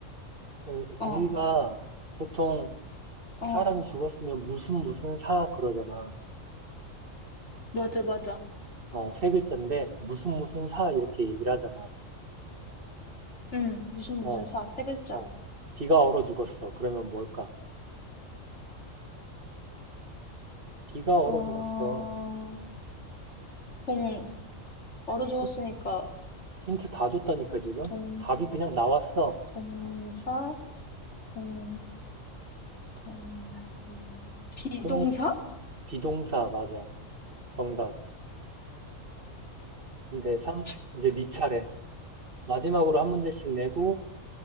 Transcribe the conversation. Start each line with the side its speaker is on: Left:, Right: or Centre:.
Right: 그
Left: 어,
Right: 우리가 보통
Left: 어.
Right: 사람이 죽었으면 무슨 무슨 사 그러잖아.
Left: 맞아, 맞아.
Right: 어, 세 글자인데 무슨 무슨 사 이렇게 얘기를 하잖아.
Left: 응, 무슨,
Right: 어,
Left: 무슨 사, 세 글자.
Right: 어, 비가 얼어 죽었어. 그러면 뭘까? 비가 얼어
Left: 어,
Right: 죽었어.
Left: 동, 얼어 죽었으니까,
Right: 힌트, 힌트 다 줬다니까 지금?
Left: 동,
Right: 답이 그냥 나왔어.
Left: 동사? 동, 동, 동- 비동사?
Right: 그러니까 비동사 맞아. 정답. 문제 3.
Left: <laughs>
Right: 이제 네 차례. 마지막으로 한 문제씩 내고